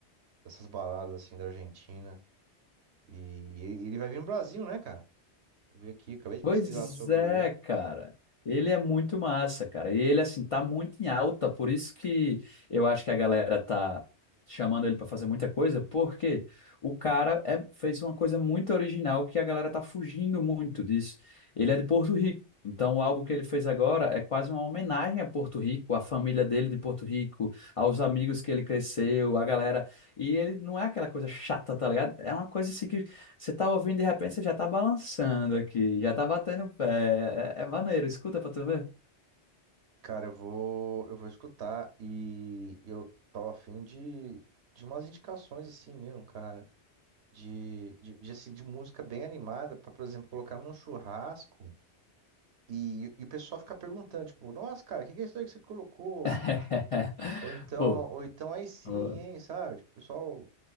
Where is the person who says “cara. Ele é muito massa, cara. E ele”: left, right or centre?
Left